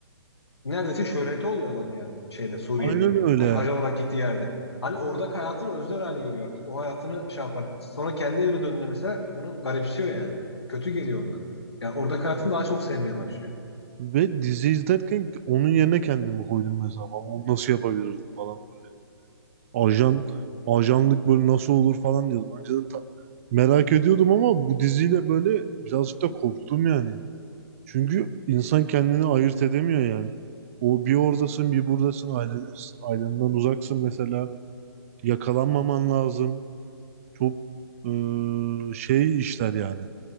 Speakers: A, on the left; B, on the right.
A: neredeyse şöhreti oluyor adamın yani şeyde Suriye'de.
B: aynen öyle.
A: Hani ajan olarak gittiği yerde. Hani oradaki hayatını özler hale geliyor artık. O hayatını şey yapar. Sonra kendi evine döndüğünde mesela bunu garipsiyor yani. Kötü geliyor ona. Yani oradaki hayatını daha çok sevmeye başlıyor.
B: Ve dizi izlerken onun yerine kendimi koydum mesela. Ben bunu nasıl yapabilirdim falan ajan ajanlık böyle nasıl olur falan diyordum. Önceden ta- merak ediyordum ama bu diziyle böyle birazcık da korktum yani. Çünkü insan kendini ayırt edemiyor yani. O bir oradasın bir buradasın aile, ailenden uzaksın mesela yakalanmaman lazım. Çok eee, şey işler yani.